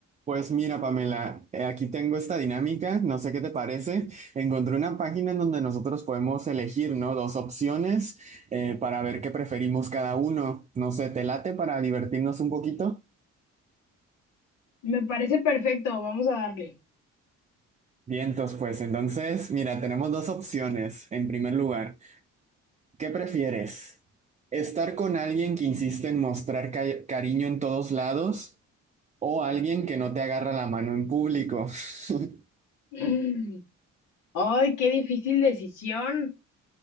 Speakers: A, on the right; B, on the left.
A: Pues mira, Pamela, eh, aquí tengo esta dinámica, no sé qué te parece. Encontré una página en donde nosotros podemos elegir, ¿no? Dos opciones eh, para ver qué preferimos cada uno. No sé, ¿te late para divertirnos un poquito?
B: Me parece perfecto, vamos a darle.
A: Vientos, pues entonces, mira, tenemos dos opciones. En primer lugar, ¿qué prefieres? ¿Estar con alguien que insiste en mostrar ca- cariño en todos lados o alguien que no te agarra la mano en público? <laughs>
B: Mm. Ay, qué difícil decisión.